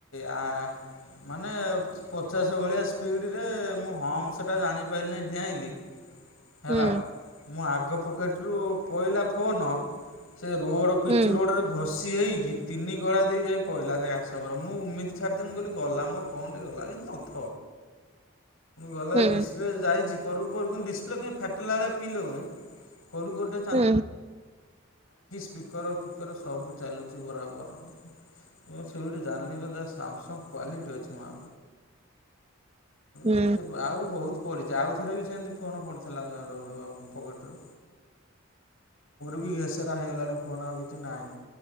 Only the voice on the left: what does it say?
ଆ ମାନେ ପଚାଶ ଭଳିଆ ସ୍ପିଡ ରେ ମୁଁ ହମ ଜାଣିପାରିଲି ଡିଆଇଲି ହେଲା
ମୁଁ ଆଗ ପକେଟ ପହିଲା ଫୋନ ସେ ରୋଡ ପିଚୁ
ରୋଡ ରେ ଘଷି ହେଇଛି ତିନି ଗଳା ଦେଇ ଯାଇ ପହିଲା ସେ ଘସ ମୁଁ ଉମିତି ଛାଡିଦିନି କହ ଗଲା କଣ ଗଲା କି ନଥ ଗଲା
ଡିସପ୍ଲେ ଯାଇଛି କରୁ କରୁନ୍ତ। ଫିଲ ଫଉନି କୋଉଠୋ
ଫିକର ଫିକର ସବୁ ଚାଲୁଛି ବରାବର ମୁଁ ସେଠ ଜାଣିଲି ଯ ସାମସଙ୍ଗ କ୍ଵାଲିଟି ଅଛି ମା
ଏତେ ଆହୁରି ବହୁତ ପଡିଛି ଆଉ ଥରେ ବି ସେମତି ଫୋନ ପଡି ଥିଲାକ ମୋର ବି ପକେଟ ରେ ଘେସରା ହେଇଗଲାଣି ଫୋନ ଆଉ। ନାହିଁ